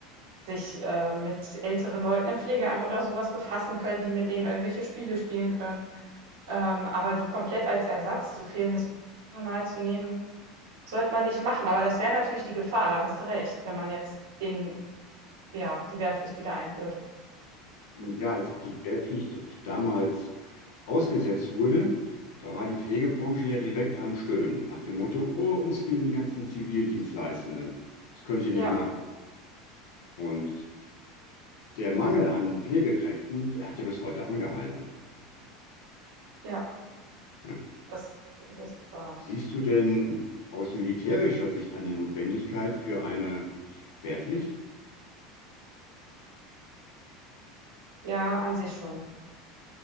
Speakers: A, on the right; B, on the left.
A: sich, äh, mit älteren Leuten im Pflegeheim oder sowas befassen können, die mit denen irgendwelche Spiele spielen können. Ähm, aber die komplett als Ersatz zu fehlendes Personal zu nehmen, sollte man nicht machen. Aber das wäre natürlich die Gefahr, da hast du recht, wenn man jetzt den ja, die Wehrpflicht wieder einführt.
B: Ja, als die Wehrpflicht damals ausgesetzt wurde, da war die Pflegebranche ja direkt am Stöhnen, nach dem Motto, oh, uns fehlen die ganzen Zivildienstleistenden. Das könnt ihr nicht
A: Ja,
B: machen. Und der Mangel an Pflegekräften, der hat ja bis heute angehalten.
A: ja,
B: Ja.
A: das das ist wahr.
B: Siehst du denn aus militärischer Sicht eine Notwendigkeit für eine Wehrpflicht?
A: Ja, an sich schon.